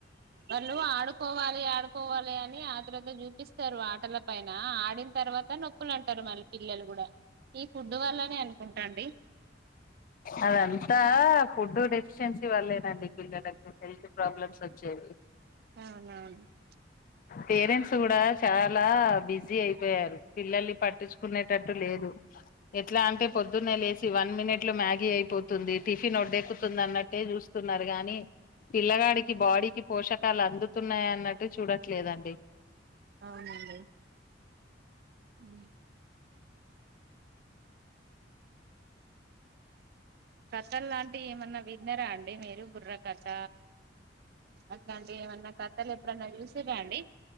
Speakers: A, on the right; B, on the left.
A: వాళ్ళు ఆడుకోవాలి ఆడుకోవాలి అని ఆత్రుత చూపిస్తారు ఆటల పైన ఆడిన తర్వత్ త నొప్పులంటారు మళ్ళీ పిల్లలు కూడా ఈ ఫుడ్ వల్లనే అనుకుంటాండి
B: అదంతా ఫుడ్ డేఫిషెన్సీ వల్లేనండి పిల్లలకు హెల్త్ ప్రాబ్లమ్స్ వచ్చవి
A: అవునవును
B: పేరెంట్స్ కూడా చాలా బిజీ అయిపోయారు పిల్లల్ని పట్టించుకునేటట్టు లేదు ఎట్లా అంటే పొద్దున్నే లేసి వన్ మినిట్ల మ్యాగీ అయిపోతుంది టిఫిన్ ఒడ్డెక్కుతుందన్నట్టే చూస్తున్నారు గాని పిల్లగాడికి బాడీకి పోషకాలు అందుతున్నాయ అన్నట్టు చూడట్లేదండి
A: అవునండి ఉ కస్ ట్ట లాంటి ఏమన్నా విన్నర అం డి మీరు బుర్ర కథ అట్లాంటి ఏమన్నా కథలేప్పుడన్నా చుస్ తుర్ర అండి